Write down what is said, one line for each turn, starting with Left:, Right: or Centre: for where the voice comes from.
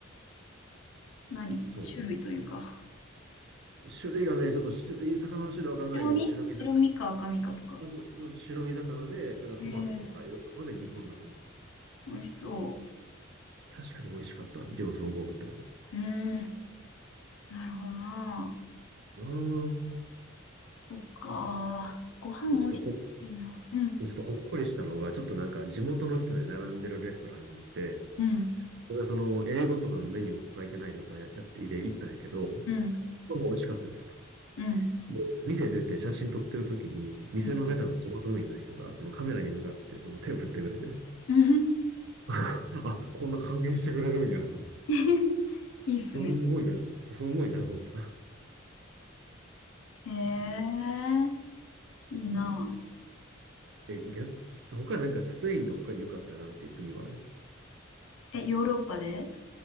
Left: 何種類というか。
Right: そう。種類がね、ちょっと種類、魚の種類わからないけど、
Left: 白身白身か赤身かとか。
Right: 白身魚。あ、そう、そう白身魚で、なんかトマトとかいろんなもので煮込んだもの。
Left: ええ美味しそ
Right: 確かに美味しかった。量すごく多かったけど。
Left: う。うーん。なるほどな。
Right: うん。
Left: そっか。ご飯美味しいっていいな。
Right: ちょっとほ、
Left: うん。
Right: ちょっとほっこりしたのが、ちょっとなんか地元の人で並んでるレストランに行って、
Left: うん。
Right: これはその英語とかのメニューも書いてない状態やってで行ったんやけど、
Left: うん。
Right: もう美味しかったです。
Left: うん。
Right: で店出て写真撮ってる時に、店の中の地元民の人が、
Left: うん。
Right: そのカメラに向かってその手を振ってくれて、
Left: うん
Right: <laughs> あ、こんな歓迎してくれるんやと思って。
Left: <laughs> いいっすね。
Right: すんごいな、すすんごいな、ほんと。<laughs>
Left: へえ、
Right: ね、
Left: いいな。
Right: このえ、逆、他なんかスペインの他に良かったなっていう国はある。
Left: え、ヨーロッパで